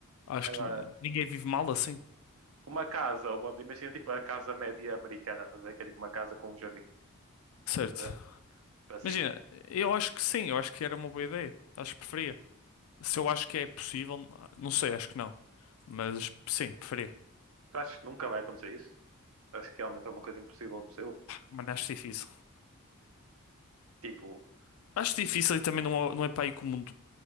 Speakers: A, on the left; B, on the right.
A: Acho
B: Agora,
A: que n- ninguém vive mal assim.
B: uma casa, onde, imagina tipo a casa média americana, estás a ver? Que é tipo uma casa com um jardim,
A: Certo.
B: tá a ver? tipo assim.
A: Imagina, eu acho que sim, eu acho que era uma boa ideia. Acho que preferia. Se eu acho que é possível, não sei, acho que não. Mas sim, preferia.
B: Tu achas que nunca vai acontecer isso? Acho que realmente é uma coisa impossível, impossível.
A: Mas acho difícil.
B: Tipo,
A: Acho
B: hum,
A: difícil e também não, é- não é para aí que o mundo